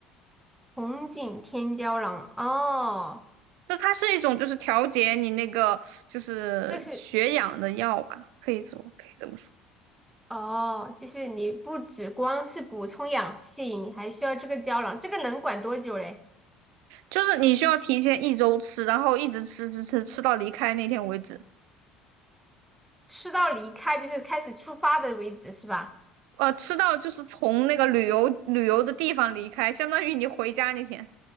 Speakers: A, in the centre; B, on the right (about 75°).
A: 红景天胶囊哦，
B: 就它是一种就是调节你那个就是血氧的药吧，
A: 这是
B: 可以说可以这么说，
A: 哦，就是你不只光是补充氧气，你还需要这个胶囊，这个能管多久嘞？
B: 就是你需要提前一周吃，然后一直吃吃吃吃到离开那天为止，
A: 吃到离开就是开始出发的为止是吧？
B: 呃，吃到就是从那个旅游旅游的地方离开，相当于你回家那天。